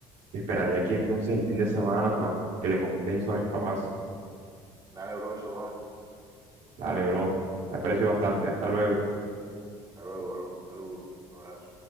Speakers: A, on the right; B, on the right.
A: Te esperaría aquí entonces el fin de semana para que le comentes eso a mis papás.
B: Dale, bro, eso va.
A: Dale, bro. Te aprecio bastante. Hasta luego.
B: Hasta luego, bro. Un saludo, un abrazo.